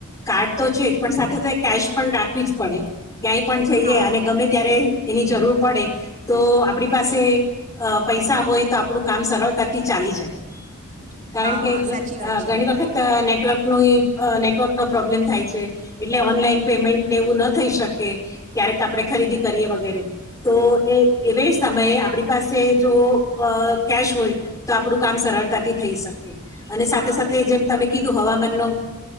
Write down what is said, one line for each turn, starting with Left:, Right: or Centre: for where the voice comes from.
Left: કાર્ડ તો છે જ પણ સાથે સાથે કેશ પણ રાખવી જ પડે. ક્યાંય પણ જઈએ
Right: હા
Left: અને ગમે ત્યારે એની જરૂર પડે તો આપણી પાસે અ પૈસા હોય તો આપણું કામ સરળતાથી ચાલી જાય. કારણ
Right: હા
Left: કે
Right: હા સાચી વાત છે
Left: ઘણી વખત નેટવર્ક ન નેટવર્ક નો પ્રોબ્લેમ થાય છે. એટલે ઓનલાઈન પેમેન્ટને એવું ન થઈ શકે ક્યારેક આપણે ખરીદી કરીએ વગેરે તો એ એવે સમયે આપણી પાસે જો કેશ હોય. તો આપણું કામ સરળતાથી થઈ શકે. અને સાથે
Right: હા
Left: સાથે
Right: હા
Left: જેમ તમે કીધું હવામાન ન